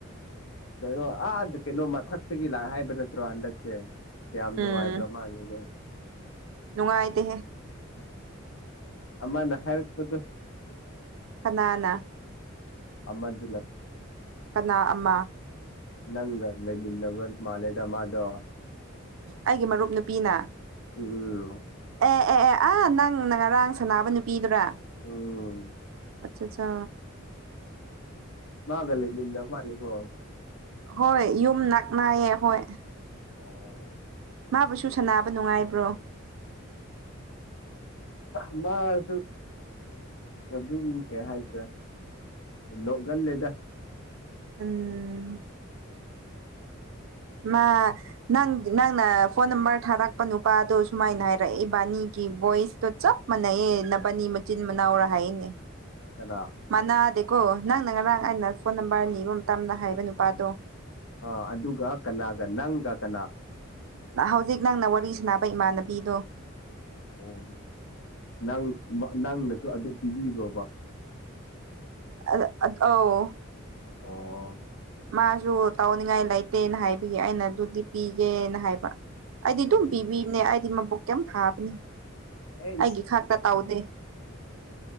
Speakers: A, on the left (about 75°); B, on the right (about 70°).
A: ꯀꯩꯅꯣ ꯑꯥ ꯀꯩꯅꯣ ꯃꯊꯛꯇꯒꯤ ꯂꯥꯛ ꯍꯥꯏꯕ ꯅꯠꯇ꯭ꯔꯣ ꯍꯟꯗꯛꯁꯦ꯫ ꯀꯌꯥꯝ ꯅꯨꯡꯉꯥꯏꯒꯔꯥ
B: ꯎꯝ
A: ꯃꯂꯦꯂꯦ꯫
B: ꯅꯨꯡꯉꯥꯏꯇꯦꯍꯦ꯫
A: ꯑꯃꯅ ꯍꯥꯏꯔꯄꯗꯨ
B: ꯀꯅꯥꯅ?
A: ꯑꯃ ꯗꯨꯂ
B: ꯀꯅꯥ ꯑꯃꯥ
A: ꯅꯪꯒ ꯂꯩꯃꯤꯟꯅꯕ ꯃꯥꯂꯦꯗ ꯃꯥꯗꯣ꯫
B: ꯑꯩꯒꯤ ꯃꯔꯨꯞ ꯅꯨꯄꯤꯅ
A: ꯎꯝ <inaudible>
B: ꯑꯦ ꯑꯦ ꯑꯦ ꯑꯥ ꯅꯪꯅ ꯉꯔꯥꯡ ꯁꯥꯟꯅꯥꯕ ꯅꯨꯄꯤꯗꯨꯔꯥ?
A: ꯎꯝ
B: ꯑꯆꯆꯥ
A: ꯃꯥꯒ ꯂꯩꯃꯤꯟꯅ ꯃꯥꯜꯂꯦꯀꯣ꯫
B: ꯍꯣꯏ ꯌꯨꯝ ꯅꯛꯅꯥꯌꯦ ꯈ‌ꯣꯏ꯫
A: ꯑꯣ
B: ꯃꯥꯕꯨꯁꯨ ꯁꯥꯅꯕ ꯅꯨꯡꯉꯥꯏꯕ꯭ꯔꯣ?
A: <unintelligible> ꯃꯥꯁꯨ ꯑꯗꯨꯝ ꯀꯩ ꯍꯥꯏꯁꯦ ꯅꯣꯛꯒꯜꯂꯦꯗ꯫
B: ꯎꯝ ꯃꯥ ꯅꯪ ꯅꯪꯅ ꯐꯣꯟ ꯅꯝꯕꯔ ꯊꯥꯔꯛꯄ ꯅꯨꯄꯥꯗꯣ ꯁꯨꯃꯥꯏꯅ ꯍꯥꯏꯔꯛꯑꯦ ꯏꯕꯥꯅꯤꯒꯤ ꯕꯣꯏꯁꯇꯣ ꯆꯞ ꯃꯥꯟꯅꯩꯌꯦ ꯅꯕꯅꯤ ꯃꯆꯤꯟ ꯃꯅꯥꯎꯔ ꯍꯥꯏꯅꯦ꯫
A: ꯀꯅꯥ
B: ꯃꯅꯥꯗꯦꯀꯣ ꯅꯪꯅ ꯉꯔꯥꯡ ꯑꯩꯅ ꯐꯣꯟ ꯅꯝꯕꯔ ꯅꯤꯕ ꯃꯇꯝꯗ ꯍꯥꯏꯕ ꯅꯨꯄꯥꯗꯣ꯫
A: ꯑꯥ ꯑꯗꯨꯒ ꯀꯅꯥꯒ ꯅꯪꯒ ꯀꯅꯥ?
B: ꯑꯥ ꯍꯧꯖꯤꯛ ꯅꯪꯅ ꯋꯥꯔꯤ ꯁꯥꯟꯅꯕ ꯏꯃꯥꯟꯅꯕꯤꯗꯣ
A: ꯑꯣ ꯅꯪ ꯅꯪ ꯅꯪꯅꯁꯨ ꯑꯗꯨꯝ ꯄꯤꯕꯤꯕ꯭ꯔꯣꯕ?
B: ꯑꯗ ꯑ ꯑꯧ
A: ꯑꯣ
B: ꯃꯥꯁꯨ ꯇꯧꯅꯤꯡꯉꯥꯏ ꯂꯩꯇꯦꯅ ꯍꯥꯏꯕꯒꯤ ꯑꯩꯅ ꯑꯗꯨꯗꯤ ꯄꯤꯒꯦꯅ ꯍꯥꯏꯕ꯫ ꯑꯩꯗꯤ
A: ꯑ
B: ꯗꯨꯝ ꯄꯤꯕꯤꯝꯅꯦ ꯑꯩꯗꯤ ꯃꯕꯨꯛ ꯀꯩꯝ ꯐꯥꯕꯅꯦ
A: ꯑꯩ
B: ꯑꯩꯒꯤ ꯈꯥꯛꯇ ꯇꯥꯎꯗꯦ꯫